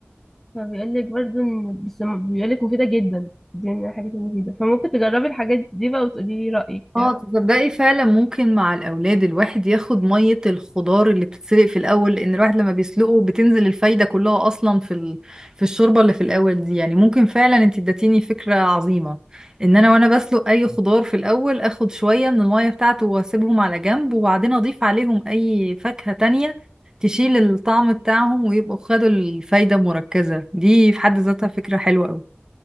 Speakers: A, in the centre; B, on the right (about 15°).
A: فبيقول لك برضو ان بس بيقول لك مفيده جدا دي من الحاجات المفيده فممكن تجربي الحاجات دي بقى وتقولي لي رايك
B: اه
A: يعني
B: تصدقي فعلا ممكن مع الاولاد الواحد ياخد ميه الخضار اللي بتتسلق في الاول لان الواحد لما بيسلقه بتنزل الفايده كلها اصلا في ال... في الشوربه اللي في الاول دي يعني ممكن فعلا انت اديتيني فكره عظيمه ان انا وانا بسلق اي خضار في الاول اخد شويه من الميه بتاعته واسيبهم على جنب وبعدين اضيف عليهم اي فاكهه تانية تشيل الطعم بتاعهم ويبقوا خدوا الفايده المركزه دي في حد ذاتها فكره حلوه قوي